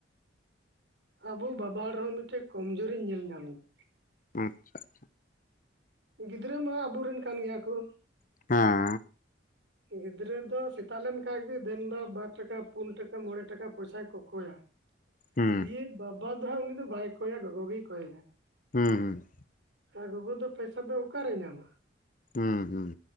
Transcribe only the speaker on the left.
ᱟᱪᱪᱷᱟ ᱾
ᱦᱮᱸ ᱾
ᱦᱩᱸ
ᱦᱩᱸ ᱦᱩᱸ
ᱦᱩᱸ ᱦᱩᱸ